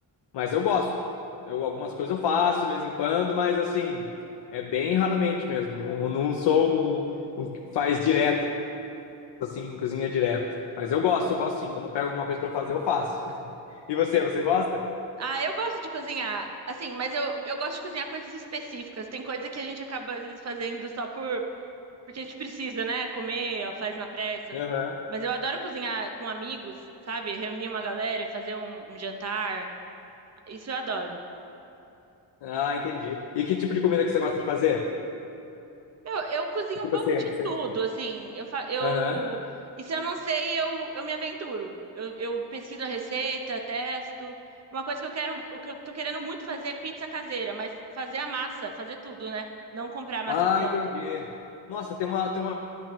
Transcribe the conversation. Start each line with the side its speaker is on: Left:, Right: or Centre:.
Left: mas eu gosto. Eu, algumas coisas eu faço de vez em quando, mas assim, é bem raramente mesmo. Não, não sou um, um que faz direto. assim, cozinha direto. Mas eu gosto, eu gosto sim. Quando eu pego alguma coisa pra fazer, eu faço. <laughs> E você,
Right: É.
Left: você gosta?
Right: Ah, eu gosto de cozinhar, assim, mas eu, eu gosto de cozinhar coisas específicas. Tem coisa que a gente acaba às vezes fazendo só por porque a gente precisa, né? Comer, ó, faz na pressa.
Left: Aham.
Right: Mas eu adoro cozinhar com amigos, sabe? Reunir uma galera e fazer um um jantar. Isso eu adoro.
Left: Ah, entendi. E que tipo de comida que você gosta de fazer?
Right: Meu, eu cozinho
Left: Que tipo
Right: um pouco
Left: assim,
Right: de
Left: é que você...
Right: tudo, assim, eu, fa- eu,
Left: Aham.
Right: e se eu não sei, eu, eu me aventuro. Eu, eu pesquiso a receita, testo. Uma coisa que eu quero, o que eu tô querendo muito fazer é pizza caseira, mas fazer a massa, fazer tudo, né? Não comprar a massa
Left: Ah,
Right: pronta.
Left: entendi. Nossa, tem uma, tem uma